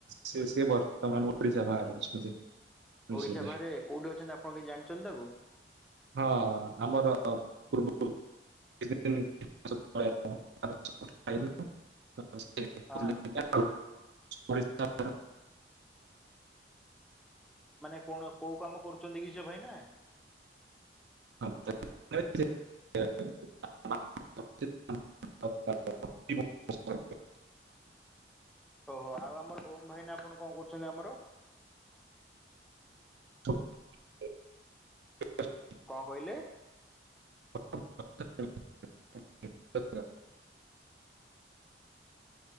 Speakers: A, on the right (about 70°); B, in the centre.
A: ସେବି ସେ ବର୍ତ୍ତମାନ ଓଡିଶା ବାହରେ ଅଛନ୍ତି। ମିଶିଲେ।
B: ଓଡ଼ିଶା ବାହାରେ କୋଉଠି ଅଛନ୍ତି ଆପଣ କିଛି ଜାଣିଚନ୍ତି ତାକୁ।
A: ହଁ ଆମର ପୂର୍ବରୁ। <unintelligible>
B: ହଁ।
A: କି ଓଡ଼ିଶା
B: ମାନେ କଣ କୋଉ କାମ କରୁଚନ୍ତି କି ସେ ଭାଇ ନା।
A: <unintelligible> <unintelligible>
B: ଓହୋ ଆଉ ଆମର ଓମ ଭାଇନା ଆପଣ କଣ କରୁଚନ୍ତି ଆମର।
A: <unintelligible>
B: କଁ କହିଲେ?
A: <unintelligible>